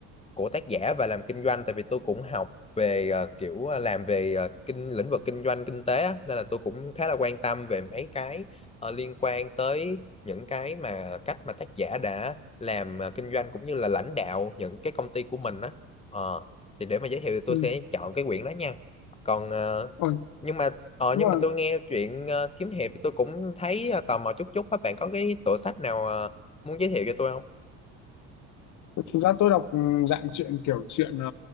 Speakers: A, on the left; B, on the left.
A: của tác giả và làm kinh doanh tại vì tôi cũng học về ờ, kiểu ờ, làm về ờ, kinh lĩnh vực kinh doanh kinh tế á, nên là tôi cũng khá là quan tâm về mấy cái ờ, liên quan tới những cái mà cách mà tác giả đã làm ờ, kinh doanh cũng như là lãnh đạo những cái công ty của mình á Ờ, thì để mà giới thiệu thì tôi
B: Ừ.
A: sẽ chọn cái quyển đó nha còn ờ,
B: Ôi,
A: nhưng mà ờ,
B: nhưng
A: nhưng
B: mà
A: mà tôi nghe chuyện ờ, kiếm hiệp thì tôi cũng thấy ờ, tò mò chút chút á bạn có cái tựa sách nào ờ, muốn giới thiệu cho tôi không
B: thực ra tôi đọc ừ, dạng chuyện kiểu chuyện ờ,